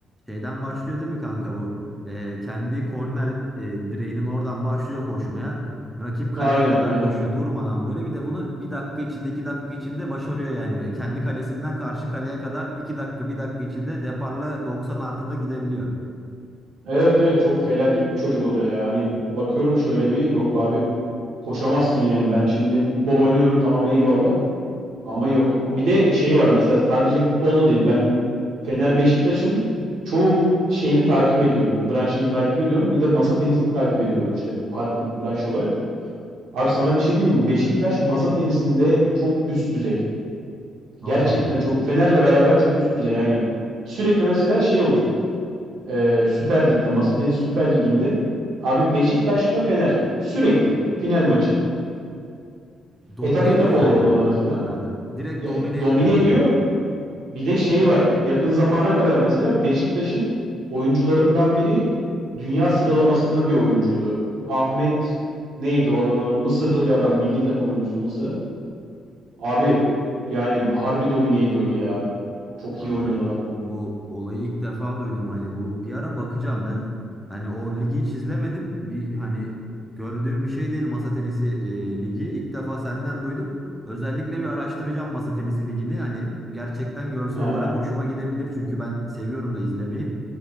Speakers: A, in the centre; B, on the right (about 75°).
A: Şeyden başlıyor değil mi kanka bu? Ee, kendi korner e, direğinin oradan başlıyor koşmaya. Rakip kaleye
B: aynen
A: kadar
B: aynen
A: koşuyor durmadan böyle. Bir de bunu bir dakika içinde iki dakika içinde başarıyor yani. E, Kendi kalesinden karşı kaleye kadar iki dakika bir dakika içinde deparla 90 artıda gidebiliyor.
B: evet evet çok felaket bir çocuk o da ya hani bakıyorum şöyle bir yok abi koşamazsın yani ben şimdi futbol oynuyorum tamam eyvallah ama yok bir de şey var mesela sadece futbolda değil ben Fener Beşiktaş'ın çoğu şeyini takip ediyorum. Branşını takip ediyorum. Bir de masa tenisini takip ediyorum işte farklı branş olarak. Abi sana bir şey diyeyim mi? Beşiktaş masa tenisinde çok üst düzey.
A: Allah
B: Gerçekten
A: Allah.
B: çok Fener'le beraber çok üst düzey aynen. Sürekli mesela şey olur. Ee, Süper Lig'de, masa tenisi Süper Lig'inde abi Beşiktaş'la Fener sürekli final maçı.
A: Domine
B: Etap etap
A: ediyor
B: olur
A: yani.
B: orada da mesela.
A: Kanka direkt
B: Ya,
A: domine
B: e, domine
A: etti orayı.
B: ediyor. Bir de şey var. Yakın zamana kadar mesela Beşiktaş'ın oyuncularından biri dünya sıralamasında bir oyuncuydu. Ahmet neydi o adamın adı? Mısırlı bir adam. Milli takım oyuncusu Mısır'ın. Abi yani harbi domine ediyordu ya. Çok
A: Kanka
B: iyi oynuyordu adam.
A: bu olayı ilk defa duydum hani bu bir ara bakacağım ben hani o ligi hiç izlemedim bir hani gördüğüm bir şey değil masa tenisi e, ligi ilk defa senden duydum özellikle bir araştıracağım masa tenisi ligini hani gerçekten görsel
B: Hı
A: olarak
B: hı.
A: hoşuma gidebilir çünkü ben seviyorum da izlemeyi